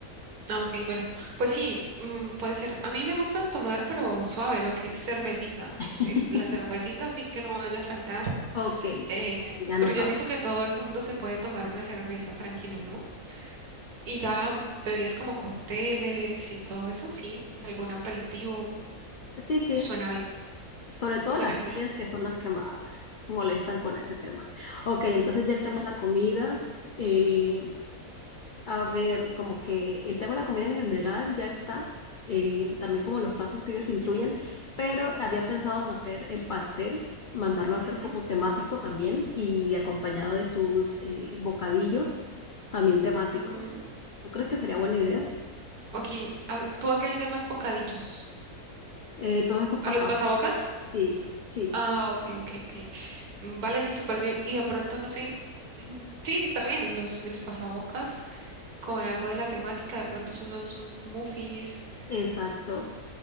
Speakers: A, on the right; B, on the left.
A: Ah, ok, bueno. Pues sí, mm, puede ser. A mí me gusta tomar, pero suave, lo que es cervecita.
B: <laughs>
A: Eh, La cervecita sí que no vaya a faltar.
B: Ok,
A: Eh,
B: ya anotado.
A: pero yo siento que todo el mundo se puede tomar una cerveza tranquilo, ¿no? Y ya bebidas como cócteles y todo eso, sí, algún aperitivo,
B: Sí, sí,
A: suena bien,
B: sobre todo
A: suena
B: las
A: muy
B: tías
A: bien.
B: que son las que más molestan con ese tema. Ok, entonces ya
A: Ujú,
B: el tema de la comida. eh, A ver, como que el tema de la comida en general ya está, eh, también como los platos que ellos incluyen, pero había pensado en hacer el pastel, mandarlo a hacer
A: ujú,
B: como temático también y acompañado de sus eh, bocadillos también temáticos.
A: ujú.
B: ¿Tú crees que sería buena idea?
A: Ok, ¿a- ¿tú a qué le llamas bocadillos?
B: Eh, todos estos pasabocas.
A: ¿A los pasabocas?
B: Sí, sí,
A: Ah, ok, ok, ok. Mm, Vale, sí, súper bien. Y de pronto, no sé, <clears throat> sí, está bien, los, los pasabocas con algo de la temática, de pronto son unos m- muffins.
B: exacto.